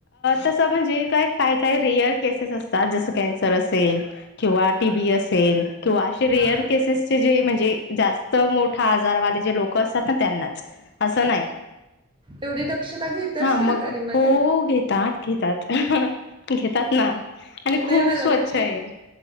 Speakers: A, on the left; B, on the right.
A: तसं म्हणजे काय काही काही रेअर केसेस असतात जसं कॅन्सर असेल किंवा टीबी असेल किंवा असे रेअर
B: हा
A: केसेसचे जे म्हणजे जास्त मोठा आजारवाले जे लोक असतात ना त्यांनाच असं नाही
B: एवढी दक्षता घेतात
A: हा
B: सरकारीमध्ये
A: मग हो घेतात घेतात घेतात ना आणि
B: नाही
A: खूप
B: मला
A: स्वच्छ
B: म्हणजे
A: आहे